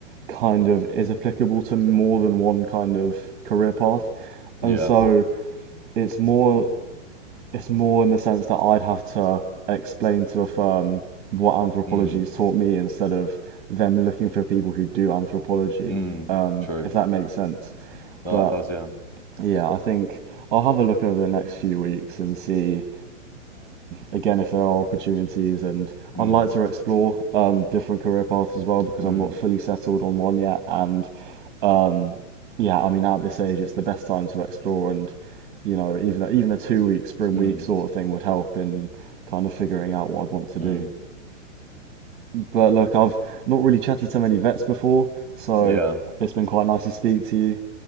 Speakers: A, on the right; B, in the centre.
A: kind of is applicable to more than one kind of career path.
B: Yeah.
A: And so it's more it's more in the sense that I'd have to explain to a firm what anthropology
B: Mm.
A: has taught me instead of them looking for people who do anthropology,
B: Mm.
A: um,
B: True.
A: if that makes sense.
B: No,
A: But
B: that does, yeah.
A: yeah, I think I'll have a look over the next few weeks and see again, if there are opportunities, and
B: Mm.
A: I'd like to explore um, different career paths as well because
B: Mm.
A: I'm not fully settled on one yet. And um, yeah, I mean, at this age, it's the best time to explore, and you know, even a, even a two week spring
B: Mm.
A: week sort of thing would help in kind of figuring out what I'd want to
B: Mm.
A: do. But look, I've not really chatted to many vets before, so
B: Yeah.
A: it's been quite nice to speak to you.